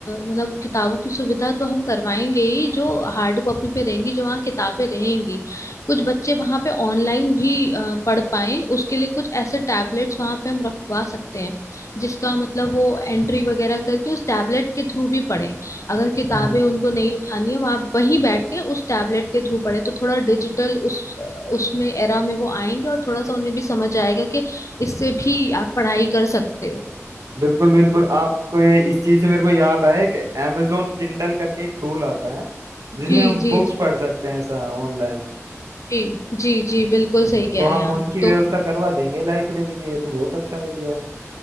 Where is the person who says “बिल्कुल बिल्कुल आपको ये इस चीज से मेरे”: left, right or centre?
Right